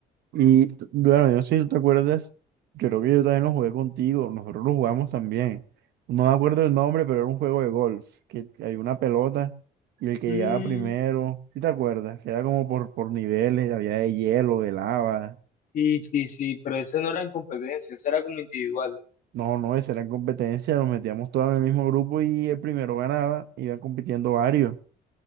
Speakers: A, on the right (about 75°); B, on the left (about 50°).
A: Y t- bueno, yo sí, ¿te acuerdas? Yo creo que yo también lo jugué contigo, nosotros lo jugamos también. No me acuerdo el nombre, pero era un juego de golf, que hay una pelota y el que
B: Mm,
A: llegaba primero, ¿sí te acuerdas? Que era como por, por niveles, había de hielo, de lava,
B: sí, sí, sí, pero ese no era en competencia, ese era como individual.
A: No, no, esa era competencia, nos metíamos todos en el mismo grupo y el primero ganaba, iban compitiendo varios.